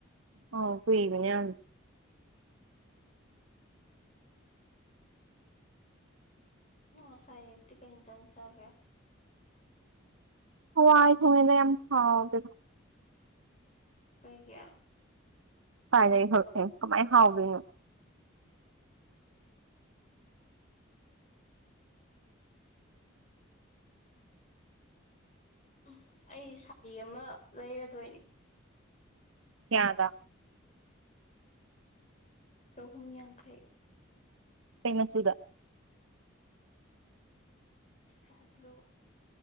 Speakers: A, on the right; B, on the left.
A: ꯑꯧ ꯀꯨꯏꯕꯅꯤ ꯌꯥꯝ
B: ꯉꯁꯥꯏ ꯑꯌꯨꯛꯇꯤ ꯀꯩꯏꯟꯁꯥꯡ ꯆꯥꯒꯦ
A: ꯍꯋꯥꯏ ꯊꯣꯡꯉꯦꯗ ꯌꯥꯝ ꯍꯥꯎꯇꯦꯗ
B: ꯀꯩꯒꯤ
A: ꯀꯥꯏꯗꯩ ꯍꯣꯏ ꯀꯃꯥꯏ ꯍꯥꯎꯗꯣꯏꯅꯣ
B: ꯎꯝ ꯑꯩꯁꯨ ꯁꯥꯔꯤ ꯑꯃ ꯂꯩꯔꯗꯣꯏꯅꯤ
A: ꯀꯥꯌꯗ
B: ꯆꯥꯍꯨꯝ ꯌꯥꯡꯈꯩ
A: ꯀꯩ ꯃꯆꯨꯗ
B: ꯏꯁ꯭ꯀꯥꯏ ꯕ꯭ꯂꯨ